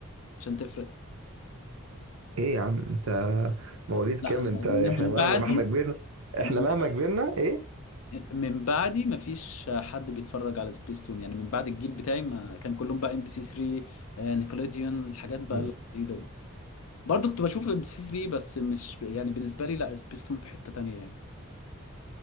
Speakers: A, on the left (about 75°); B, on the right (about 75°).
A: عشان تفرق
B: ايه يا عم انت مواليد
A: لا
B: كام
A: لا،
B: انت احنا
A: من
B: مهما
A: بعدي
B: مهما كبرنا احنا
A: من
B: مهما كبرنا ايه
A: من بعدي ما فيش حد بيتفرج على سبيس تون يعني من بعد الجيل بتاعي ما كان كلهم بقى ام بي سي 3 آه، نيكولوديون الحاجات بقى
B: مم.
A: الغريبه دي. برضو كنت بشوف ام سي 3 بس مش يعني بالنسبه لي لا سبيستون في حته تانية يعني